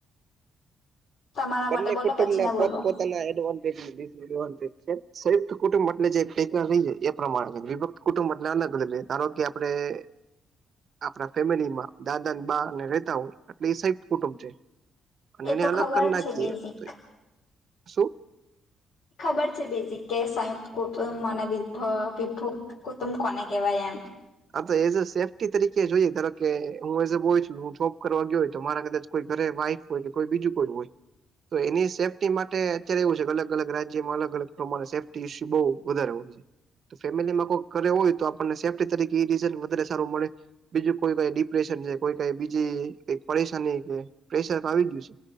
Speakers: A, on the left; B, on the right.
A: તમારા
B: બંને
A: માટે બોલો
B: કુટુંબ
A: પછી
B: ના
A: મેં
B: પોતપોતાના
A: બોલો
B: એડવાન્ટેજ ને ડીસએડવાન્ટેજ છે. સંયુક્ત કુટુંબ એટલે જે <unintelligible> રહીએ એ પ્રમાણે વિભક્ત કુટુંબ એટલે અલગ અલગ રે ધારો કે આપણે હે આપણા ફેમિલી માં દાદા ને બાને રહેતા હોય એટલે એ સંયુક્ત કુટુંબ છે. અને
A: એ
B: એને
A: તો
B: અલગ
A: ખબર
B: કરી
A: જ
B: નાખીએ
A: છે બેઝિક
B: તો એ શું?
A: ખબર છે બેઝિક કે સંયુક્ત કુટુંબ અને વિભ વિભુક્ત કુટુંબ કોને કહેવાય એમ.
B: હા તો એઝ અ સેફ્ટી તરીકે જોઈએ ધારો કે હું એઝ અ બોય છું હું જોબ કરવા ગ્યો હોય તો મારા કદાચ કોઈ ઘરે વાઈફ હોય કે કોઈ બીજું કોઈ હોય. તો એની સેફ્ટી માટે અત્યારે એવું છે કે અલગ અલગ રાજ્યમાં અલગ અલગ પ્રમાણે સેફ્ટી ઇસ્યુ બહુ વધારે હોય છે. તો ફેમિલીમાં કોક ઘરે હોય તો આપણને સેફ્ટી તરીકે એ રીઝલ્ટ વધારે સારું મળે. બીજું કોઈ કઈ ડિપ્રેશન છે કોઈ કઈ બીજી કઈક પરેશાની કે પ્રેશર તો આવી ગ્યું છે.